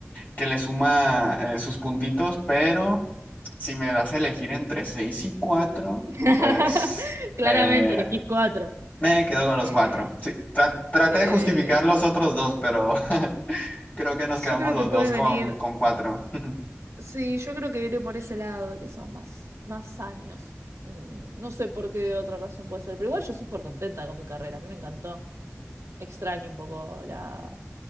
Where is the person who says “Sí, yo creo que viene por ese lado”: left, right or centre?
Right